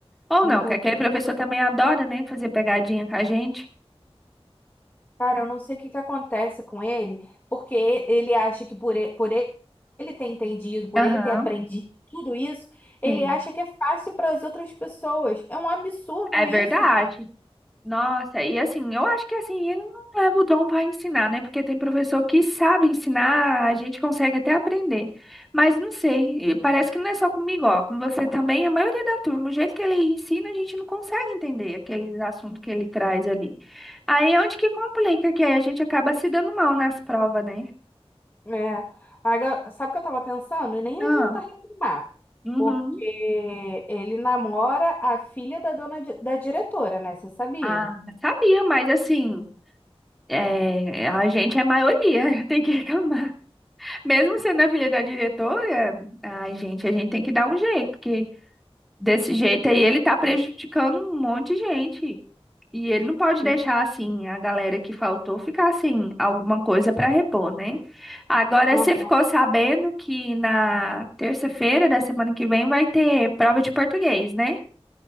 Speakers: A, in the centre; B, on the left.
A: Ou
B: Não
A: não,
B: tem-
A: que aquele professor também adora, né, fazer pegadinha com a gente.
B: Cara, eu não sei o que que acontece com ele, porque ele acha que por ele, por ele ele ter entendido, por
A: Aham,
B: ele ter aprendido tudo isso, ele
A: sim.
B: acha que é fácil para as outras pessoas. É um absurdo
A: É verdade.
B: isso,
A: Nossa, e assim, eu acho que assim, ele não leva o dom para ensinar, né? Porque tem professor que sabe ensinar, a gente consegue até aprender. Mas não sei, e parece que não é só comigo, ó, com você também, a maioria da turma, o jeito que ele ensina, a gente não consegue entender aqueles assuntos que ele traz ali. Aí é onde que complica, que aí a gente acaba se dando mal nas provas, né?
B: É. Agora, sabe o que eu tava pensando? E nem adianta
A: Ah,
B: reclamar,
A: uhum.
B: porque ele namora a filha da dona di- da diretora, né? Você sabia?
A: Ah, sabia, mas assim, é, a gente é maioria, <laughs> tem que reclamar. Mesmo sendo a filha da diretora, ai, gente, a gente tem que dar um jeito, porque desse jeito aí ele tá prejudicando um monte de gente. E ele não pode
B: Sim.
A: deixar assim a galera que faltou ficar assim alguma coisa para repor, né? Agora
B: Aham.
A: você ficou sabendo que na terça-feira da semana que vem vai ter prova de português, né?